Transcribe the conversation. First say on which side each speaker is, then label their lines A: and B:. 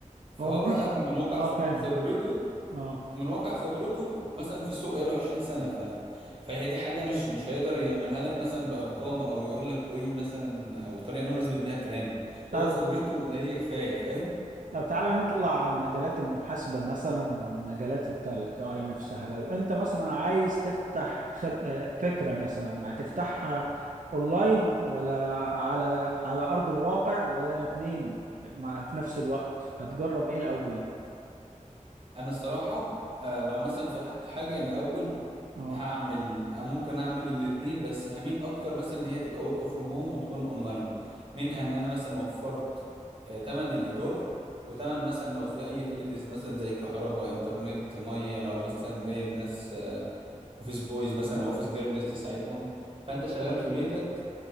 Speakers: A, on the right (about 40°); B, on the right (about 80°).
A: فهو
B: هو مفيش
A: بقى من واقع
B: اه
A: خ-
B: فاهمة
A: خبرته
B: اه
A: من واقع خبرته مثلا في السوق بقاله 20 سنة ف... فهي دي حاجة مش مش هيقدر يعملها لك مثلا بأرقام أو يقول لك وي مثلا أو طريقة إن هو يثبت بيها كلامه
B: طب
A: هو خبرته هي كفاية فاهم
B: طب تعالى نطلع عن مجالات المحاسبة مثلا ومجالات ال AI نفسها لو انت مثلا عايز تفتح خب... آه، فكرة مثلا هتفتحها اونلاين ولا على على ارض الواقع ولا الاتنين مع في نفس الوقت هتجرب ايه الاول
A: أنا الصراحة آه، لو مثلا فتحت حاجة الأول
B: اه
A: هعمل ممكن اعمل الاتنين بس هميل اكتر مثلا ان هي تبقى ورك فروم هوم وتكون اونلاين منها ان انا مثلا وفرت آه، تمن الايجار وتمن مثلا لو في اي يوتيليتيز مثلا زي كهرباء انترنت ميه لو مثلا جايب ناس اوفيس بويز مثلا او اوفيس جيرلز تساعدهم فانت شغال في بيتك